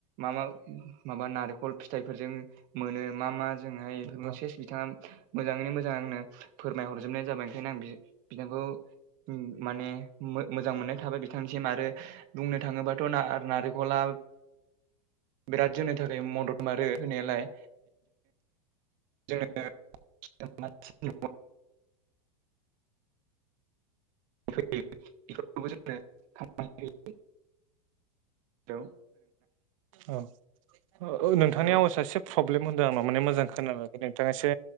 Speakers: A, on the right; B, on the right.
A: मा मा माबा नारेखल फिथाइफोरजों मोनो मा मा जोंहाय बेफोरखौ
B: औ
A: सेस बिथाङा मोजाङैनो मोजां आंनो फोरमायहरजोबनाय जाबाय ओंखायनो आं बि-बिथांखौ ओम माने मोजां मोननाय थाबाय बिथांसिम आरो बुंनो थांङोबाथ' नारेंखला बिराद जोंनो थाखाय मदद मारो होनायालाय जोंङो नो <unintelligible> फै बेफोरबो जोंङो <unintelligible> होयो
B: औ नोंथांनि
A: औ
B: आवसआ एसे प्रब्लेम होनदों नामा माने मोजां खोना नोंथांङा एसे